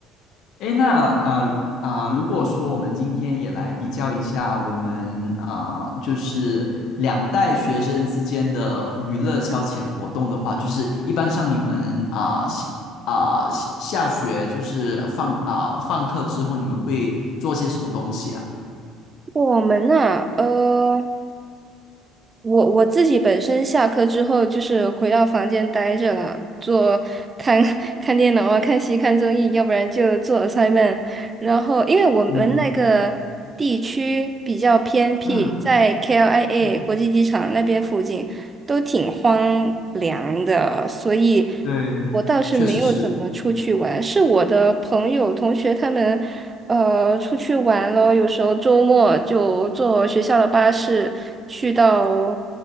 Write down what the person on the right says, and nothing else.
我们呐、呃。我我自己本身下课之后就是回到房间待着了，做看 <laughs> 看电脑啊，看戏、看综艺，要不然就做 a s s i m e n 然后，因为我们那个地区比较偏僻，
在 KLIA
国际机场那边附近都挺荒凉的，所以。
我倒是没有怎么出去玩，
是我的朋友、同学他们，呃，出去玩了。有时候周末就坐学校的巴士去到